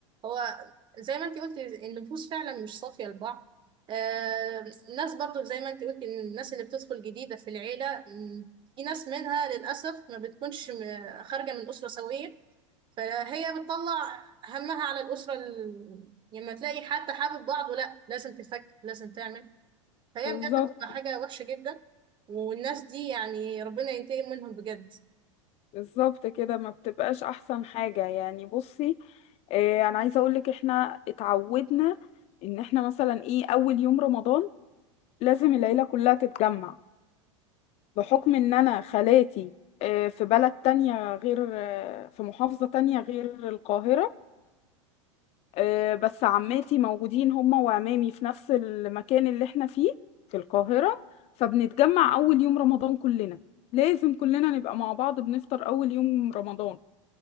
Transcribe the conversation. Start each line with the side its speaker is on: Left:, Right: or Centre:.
Right: هو زي ما انت قلت النفوس فعلا مش صافية لبعض آه ناس برضو زي ما انت قلت ان الناس اللي بتدخل جديدة في العيلة مم، في ناس منها للأسف ما بتكونش م- خارجة من أسرة سوية فهي بتطلع همها على الأسرة ال... يعني لما تلاقي حد حابب بعضه لا لازم تفك لازم تعمل فهي
Left: بالظبط
Right: بجد بتبقى حاجة وحشة جدا والناس دي يعني ربنا ينتقم منهم بجد
Left: بالظبط كده ما بتبقاش احسن حاجة يعني بصي آه، انا عايزة اقولك احنا اتعودنا ان احنا مثلا ايه اول يوم رمضان لازم العيلة كلها تتجمع بحكم ان انا خالاتي آه، في بلد تانية غير آه، في محافظة تانية غير القاهرة آه، بس عماتي موجودين هما وعمامي في نفس المكان اللي احنا فيه في القاهرة فبنتجمع اول يوم رمضان كلنا لازم كلنا نبقى مع بعض بنفطر اول يوم رمضان